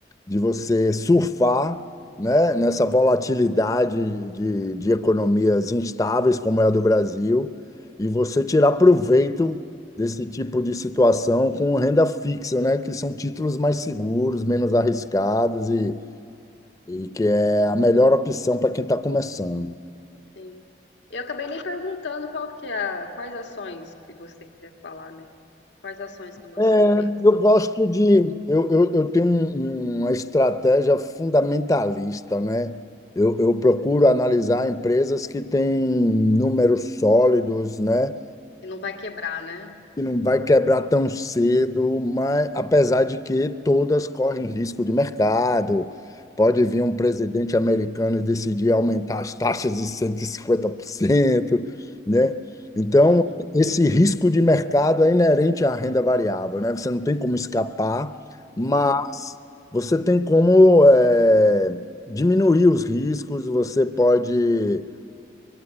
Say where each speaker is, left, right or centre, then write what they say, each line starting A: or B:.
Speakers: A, on the left; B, on the left.
A: de você surfar, né, nessa volatilidade de, de economias instáveis como é a do Brasil, e você tirar proveito desse tipo de situação com renda fixa, né, que são títulos mais seguros, menos arriscados e, e que é a melhor opção para quem está começando.
B: Sim. Eu acabei nem perguntando qual que é a, quais ações, se você quiser falar, né? Quais ações que você
A: É, eu gosto de. Eu, eu, eu tenho um- uma estratégia fundamentalista, né? Eu, eu procuro analisar empresas que têm números sólidos, né?
B: que não vai quebrar, né?
A: que não vai quebrar tão cedo, mas apesar de que todas correm risco de mercado. Pode vir um presidente americano e decidir aumentar as taxas de 150%, né? Então,
B: Uhum,
A: esse risco de mercado é inerente à renda variável, né? Você não tem como escapar, mas
B: não.
A: você tem como eh, diminuir os riscos, você pode